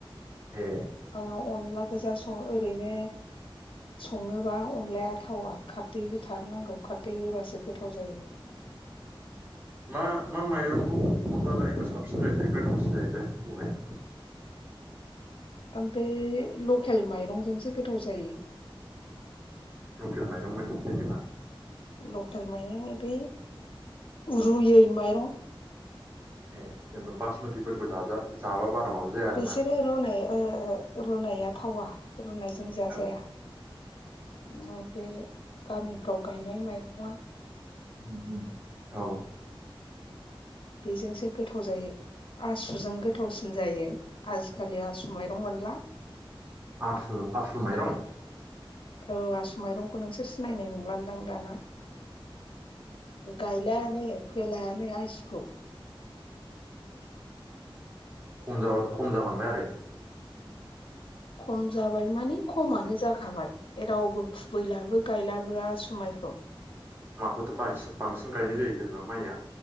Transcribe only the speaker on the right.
ए
मा मा माइरंखौ? अनबा जायबो साबसिन जाहै दे गोथावसिन जायो थाइ बबे
लकेल माइरं माने जेनेबा
ए जेनबा बासमतिफोरबो जाजा जाबा बारा माबा जाया आरोना
औ
उम उम औ।
आसु आसु माइरं?
खम जाबा खम जालांबाय आरो।
माखौथ' बांसि-बांसिन गायनाय जायो जेनेबा माइया?